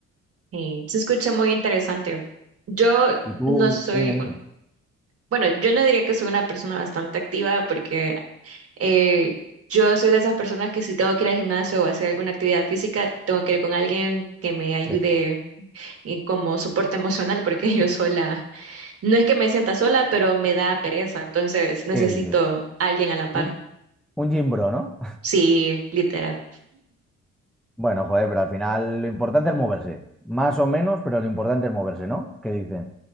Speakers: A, on the right; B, in the centre.
A: Y se escucha muy interesante. Yo
B: Y tú,
A: no soy,
B: dime, dime.
A: bueno, yo no diría que soy una persona bastante activa porque Eh, yo soy de esas personas que si tengo que ir al gimnasio o hacer alguna actividad física, tengo que ir con alguien que me ayude
B: Sí,
A: y como soporte emocional, porque <laughs> yo sola, no es que me sienta sola, pero me da pereza, entonces necesito
B: sí, sí.
A: a alguien a la par.
B: Un, un gym bro, ¿no?
A: Sí, literal.
B: Bueno, joder, pero al final lo importante es moverse. Más o menos, pero lo importante es moverse, ¿no? ¿Qué dicen?